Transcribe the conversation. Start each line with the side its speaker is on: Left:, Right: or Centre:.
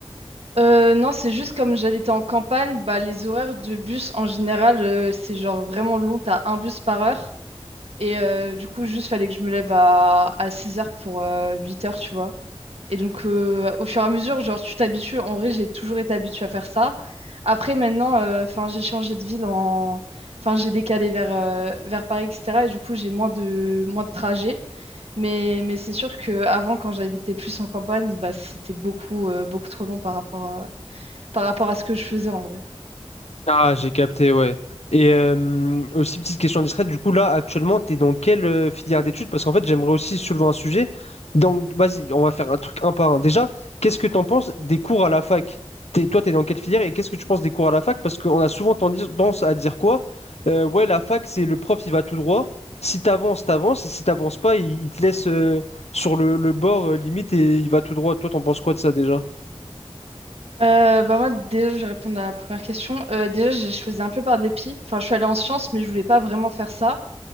Right: Euh, non, c'est juste comme j'habitais en campagne, bah, les horaires de bus en général, euh, c'est genre vraiment long, t'as un bus par heure. Et euh, du coup, juste fallait que je me lève à, à 6 heures pour euh, 8 heures, tu vois. Et donc, euh, au fur et à mesure, genre, tu t'habitues. En vrai, j'ai toujours été habituée à faire ça. Après, maintenant, euh, enfin, j'ai changé de ville en... Enfin, j'ai décalé vers, euh, vers Paris, etc. Et du coup, j'ai moins de, moins de trajets. Mais, mais c'est sûr qu'avant, quand j'habitais plus en campagne, bah, c'était beaucoup, euh, beaucoup trop long par rapport, euh, par rapport à ce que je faisais en vrai.
Left: Ah, j'ai capté, ouais. Et euh, aussi, petite question discrète, du coup, là, actuellement, tu es dans quelle euh, filière d'études? Parce qu'en fait, j'aimerais aussi soulever un sujet. Donc, vas-y, on va faire un truc un par un. Déjà, qu'est-ce que tu en penses des cours à la fac? T'es- toi, tu es dans quelle filière et qu'est-ce que tu penses des cours à la fac? Parce qu'on a souvent tendance à dire quoi? Euh, ouais, la fac, c'est le prof, il va tout droit. Si t'avances, t'avances. Et si t'avances pas, il, il te laisse euh, sur le, le bord, euh, limite, et il va tout droit. Toi, t'en penses quoi de ça déjà?
Right: Euh, bah moi, déjà, je vais répondre à la première question. Euh, déjà, je je faisais un peu par dépit. Enfin, je suis allée en sciences, mais je voulais pas vraiment faire ça.